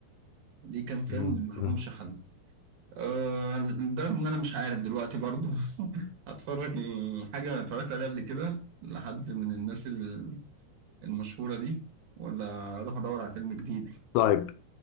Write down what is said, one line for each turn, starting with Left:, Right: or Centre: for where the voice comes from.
Right: ليه كام فيلم
Left: مم،
Right: ملهمش
Left: مم.
Right: حل أه لدرجة إن أنا مش عارف دلوقتي برضو <laughs> هتفرج حاجة أنا اتفرجت عليها قبل كده لحد من الناس ال- المشهورة دي ولا أروح أدور على فيلم جديد
Left: طيب